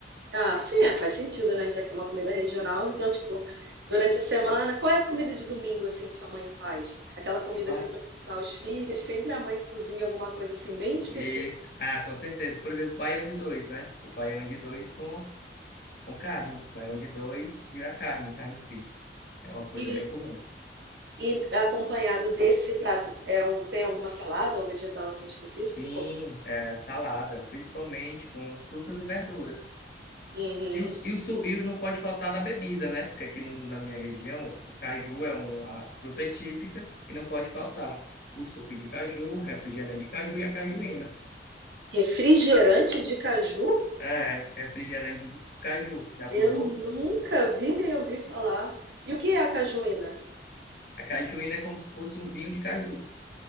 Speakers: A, on the right (about 65°); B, on the left (about 55°).
A: Ah, sim, é, faz sentido, né? Já que é uma comida regional, então tipo, durante a semana, qual é a comida de domingo assim que sua mãe faz? Aquela comida
B: Ba-
A: assim para juntar os filhos, sempre a mãe cozinha alguma coisa assim bem específica.
B: Isso. Ah, com certeza. Por exemplo, baião de dois, né? O baião de dois com, com carne. Baião de dois e a carne, carne frita. É uma coisa
A: E,
B: bem comum.
A: e acompanhado desse prato, é, al- tem alguma salada ou vegetal assim específico?
B: Sim, é, salada, principalmente com frutas e verduras.
A: Uhum.
B: E, o, e, o, su- e não pode faltar da bebida, né? Porque aqui no- na minha região, o caju é uma fruta típica e não pode faltar o suco de caju, o refrigerante de caju e a cajuína.
A: Refrigerante de caju?
B: É, refrigerante de caju. Já
A: Eu
B: provou?
A: nunca vi nem ouvi falar. E o que é a cajuína?
B: A cajuína é como se fosse um vinho de caju.